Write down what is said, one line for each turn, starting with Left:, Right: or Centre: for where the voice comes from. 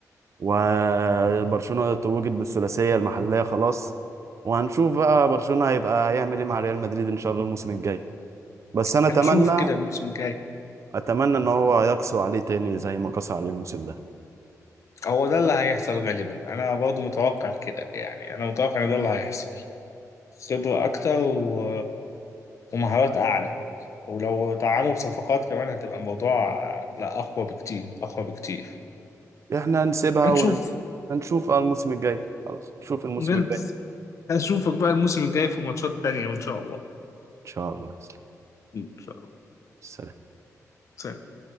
Right: وبرشلونة توجت بالثلاثية المحلية خلاص وهنشوف بقى برشلونة هيبقى يعمل ايه مع ريال مدريد ان شاء الله الموسم الجاي بس انا
Left: هنشوف
Right: اتمنى
Left: كده الموسم الجاي
Right: اتمنى ان هو يقسو عليه تاني زي ما قسى عليه الموسم ده
Left: هو ده اللي هيحصل غالبا انا برضو متوقع كده يعني انا متوقع ان ده اللي هيحصل خبرة اكتر و... ومهارات اعلى ولو دعموا بصفقات كمان هتبقى الموضوع لا اقوى بكتير اقوى بكتير
Right: احنا هنسيبها
Left: هنشوف
Right: ونشوف الموسم الجاي خلاص نشوف الموسم
Left: نلبس
Right: الجاي ان
Left: هشوفك بقى الموسم الجاي في ماتشات تانية وان شاء الله
Right: شاء الله يا سلام.
Left: ان شاء الله
Right: سلام.
Left: سلام